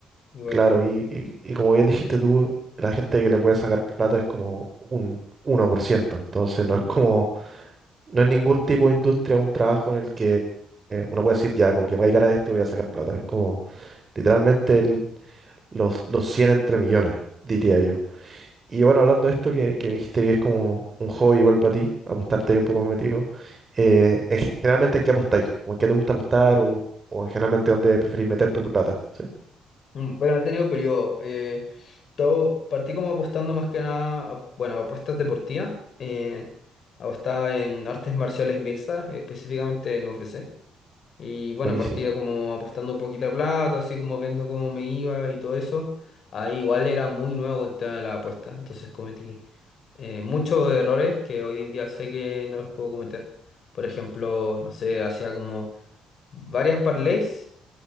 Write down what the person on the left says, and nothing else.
Igual.
mm,
Mm, Bueno, he tenido periodo. Eh, todo, partí como apostando más que nada, a- bueno, a apuestas deportivas. Eh, apostaba en artes marciales mixtas, específicamente en UFC. Y bueno,
partía como apostando poquita plata, así como viendo cómo me iba y todo eso. Ahí igual era muy nuevo el tema de la apuesta, entonces cometí eh, muchos errores que hoy en día sé que no los puedo cometer. Por ejemplo, no sé, hacía como varias parlays